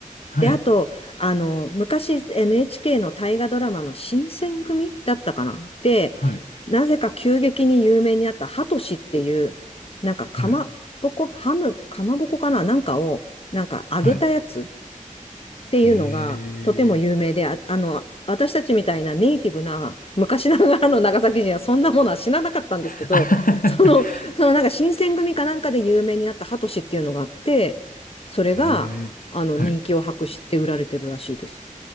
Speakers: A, on the left; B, on the left.
A: はい。
B: で、あと、あの、昔 NHK の大河ドラマの新選組だったかなで、
A: はい。
B: なぜか急激に有名になったハトシっていう、なんかかまぼこ、
A: はい。
B: ハム、かまぼこかななんかを、なんか揚げたやつ
A: はい。
B: っていうのがとても有名で、
A: へえ。
B: あ、あの、私たちみたいなネイティブな昔ながらの長崎人はそんなものは知らなかったんですけど、
A: <laughs> あはは
B: その、そのなんか新選組かなんかで有名になったハトシっていうのがあって、それがあの人気を博して売られてるらしいです。
A: へえ。はい。